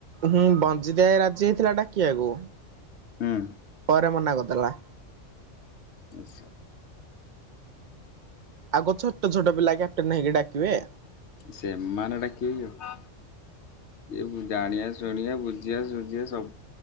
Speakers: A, on the right; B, on the left.
A: ହୁଁ ବଞ୍ଜିଦ ଭାଇ ରାଜି ହେଇଥିଲା ଡାକିବାକୁ।
B: ହୁଁ।
A: ପରେ ମନା କରିଦେଲା।
B: ଆଚ୍ଛା।
A: ଆଉ କଣ ଛୋଟ ଛୋଟ ପିଲା କ୍ୟାପଟେନ୍ ହେଇକି ଡାକିବେ?
B: ସେମାନେ ଡାକିବେ କି ଆଉ। ଏବ ଜାଣିବା ଶୁଣିବା ବୁଝିଆ ସୁୁଝିଆ ସବୁ।